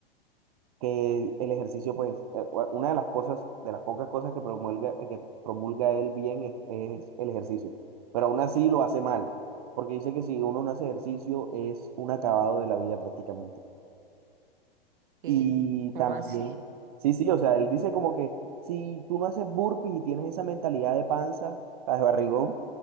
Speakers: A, on the right; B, on the right.
A: que el ejercicio, pues, eh, una de las cosas, de las pocas cosas que promulga, eh, que promulga él bien es, es el ejercicio, pero aún así lo hace mal, porque dice que si uno no hace ejercicio es un acabado de la vida prácticamente.
B: ¿Qué?
A: Y
B: ¿Cómo
A: también,
B: así?
A: sí, sí, o sea, él dice como que si tú no haces burpees y tienes esa mentalidad de panza, o sea, de barrigón,